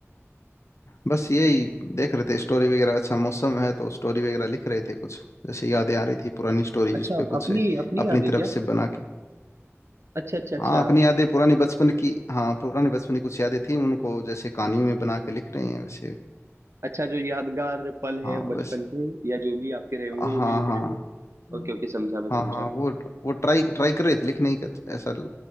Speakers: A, on the left; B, on the right.
A: बस यही देख रहे थे स्टोरी वगैरह अच्छा मौसम है तो स्टोरी वगैरह लिख रहे थे कुछ जैसे यादें आ रही थी पुरानी स्टोरी
B: अच्छा
A: जिस पे कुछ
B: अपनी अपनी
A: अपनी
B: याद है
A: तरफ
B: क्या
A: से बना के
B: अच्छा अच्छा अच्छा
A: हाँ अपनी यादें पुराने बचपन की हाँ पुराने बचपन की कुछ यादें थी उनको जैसे कहानियों में बना के लिख रहे हैं वैसे
B: अच्छा जो यादगार पल है
A: हाँ
B: बचपन
A: बस
B: के या जो भी आपके रहे होंगे
A: हाँ
B: वो नहीं लिख
A: हाँ
B: रहे होंगे
A: हम्म।
B: ओके ओके समझा मैं
A: हाँ
B: समझा
A: हाँ वो वो ट्राई ट्राई कर रहे थे लेकिन नहीं कर- ऐसा ल-